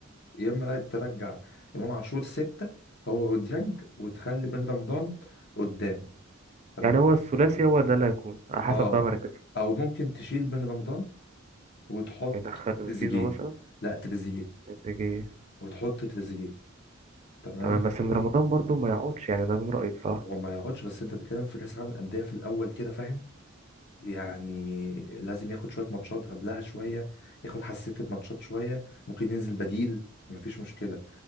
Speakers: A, on the left; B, on the right.
A: يا اما لا- ترجع امام عاشور ستة هو وديانج وتخلي بن رمضان قدام تمام
B: يعني هو الثلاثي هو ده اللي هيكون على حسب
A: اه
B: بقى مركزه
A: او ممكن تشيل بن رمضان وتحط
B: يدخل
A: تريزيجيه
B: زيزو مثلا
A: لا تريزيجيه
B: يجي
A: وتحط تريزيجيه تمام
B: تمام بس من رمضان برضه ما يقعدش يعني ده من رأيي بصراحة
A: هو ما يقعدش بس انت بتتكلم في كاس العالم للانديه في الاول كده فاهم يعني لازم ياخد شويه ماتشات قبلها شويه ياخد حساسيه الماتشات شويه ممكن ينزل بديل مفيش مشكله